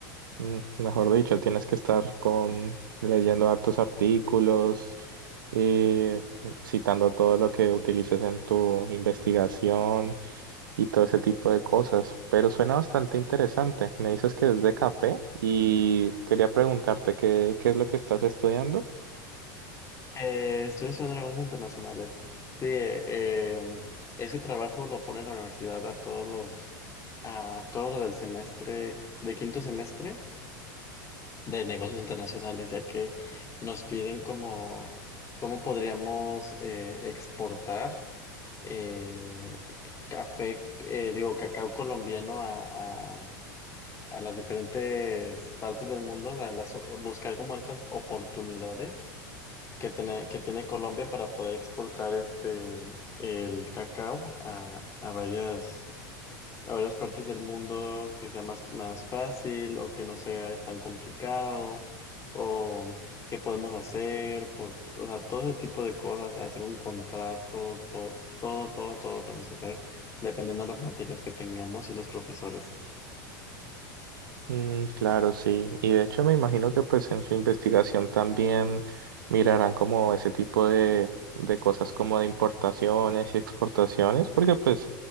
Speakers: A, on the right (about 80°); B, on the left (about 25°).
A: mm, mejor dicho, tienes que estar con leyendo hartos artículos, eh, citando todo lo que utilices en tu investigación y todo ese tipo de cosas. Pero suena bastante interesante. Me dices que es de café y quería preguntarte qué, qué es lo que estás estudiando.
B: Eh, estoy estudiando negocios internacionales. Sí, eh, eh, ese trabajo lo pone la universidad a todos los, a todo lo del semestre, de quinto semestre de negocios internacionales, ya que nos piden cómo, cómo podríamos eh, exportar eh, café, eh, digo, cacao colombiano a, a- a las diferentes partes del mundo, a las- buscar como estas oportunidades que tiene, que tiene Colombia para poder exportar este el cacao a, a varias, a varias partes del mundo que sea más, más fácil o que no sea tan complicado o qué podemos hacer, por, o sea, todo ese tipo de cosas, hacer un contrato, todo, todo, todo, todo lo tenemos que hacer dependiendo de las materias que tengamos y los profesores.
A: Mm, claro, sí. Y de hecho me imagino que pues en su investigación también mirarán como ese tipo de, de cosas como de importaciones y exportaciones, porque pues